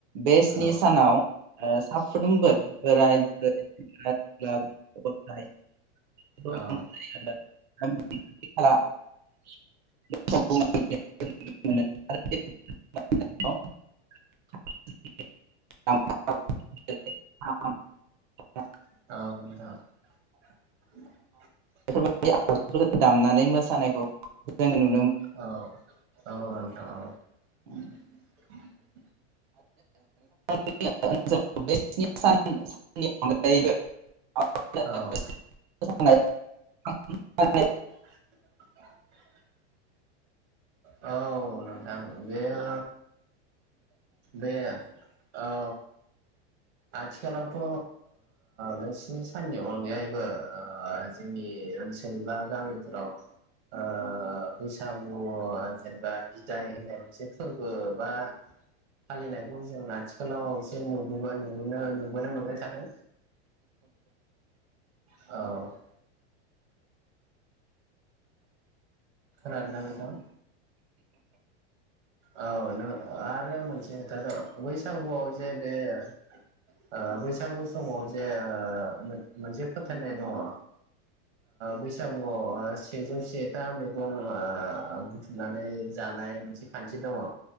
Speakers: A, on the right; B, on the right.
A: बे स्नि
B: औ
A: सानाव ओ साफ्रोमबो बोराय बुरै सेंग्रा सिख्ला <unintelligible>
B: औ
A: <unintelligible> <unintelligible> <unintelligible> <unintelligible>
B: <unintelligible> औ <unintelligible>
A: बै आगजुफोरखौ दामनानै मोसानायखौ जोङो नु
B: औ औ औ
A: उम
B: <unintelligible>
A: <unintelligible> स्नि साननि अनगायैबो
B: औ
A: <unintelligible> <unintelligible>
B: <unintelligible> औ नोंथां बेयो बेयो औ आथिखालावथ' नों स्नि साननि अनगायैबो ओ जोंनि ओनसोल बा गामिफोराव ओ बैसागु अ जेनेबा बिदाय होननाय मोनसे फोरबो बा फालिनायखौ जों आथिखालाव एसे नुबोनो नुबोनो मोनबाय थादों। औ खोनादों ना नोंथां। औ नों आरो मोनसे खोथा दं बैसागुआव जे बे- ओ बैसागु समाव बेयो मोनसे फोथायनाय दङ ओ बैसागुयाव सेजौ सेथा मैगं ओ बुथुमनानै जानाय मोनसे खान्थि दङ